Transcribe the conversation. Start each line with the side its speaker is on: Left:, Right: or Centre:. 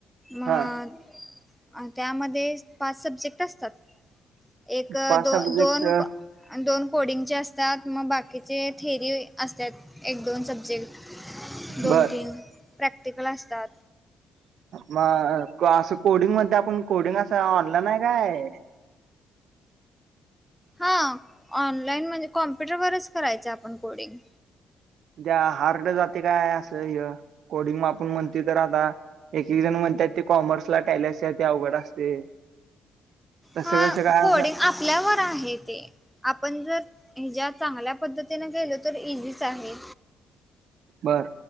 Centre: म
Right: हा
Centre: त्यामध्ये पाच सब्जेक्ट असतात एक
Right: पाच
Centre: दोन
Right: सब्जेक्ट
Centre: दोन दोन कोडिंगचे असतात मग बाकीचे थेरी असतात एक दोन सब्जेक्ट दोन
Right: बर
Centre: तीन प्रॅक्टिकल असतात
Right: मग असं कोडिंग मध्ये आपण कोडिंग असं ऑनलाईन आहे काय
Centre: हा ऑनलाईन म्हणजे कॉम्प्युटरवरच करायचं आपण कोडिंग
Right: त्या हार्ड जाते काय असं कोडिंग आपण म्हणते तर आता एक एक जण म्हणतात ते कॉमर्स ला टायले अस अवघड असते तसं
Centre: हा
Right: कसं काय
Centre: कोडिंग
Right: असं
Centre: आपल्यावर आहे ते आपण जर ह ज्या चांगल्या पद्धतीने गेलो तर इझीच आहे
Right: बरं